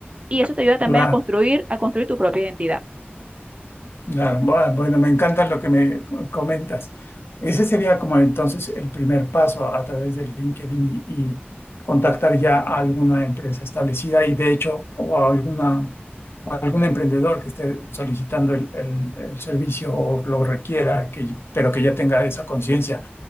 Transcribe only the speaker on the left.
claro,
claro. Bu- Bueno, me encanta lo que me co- comentas. Ese sería como entonces el primer paso a través de LinkedIn y, y contactar ya a alguna empresa establecida y de hecho o a alguna, o a algún emprendedor que esté solicitando el, el- el servicio o lo requiera, que, pero que ya tenga esa conciencia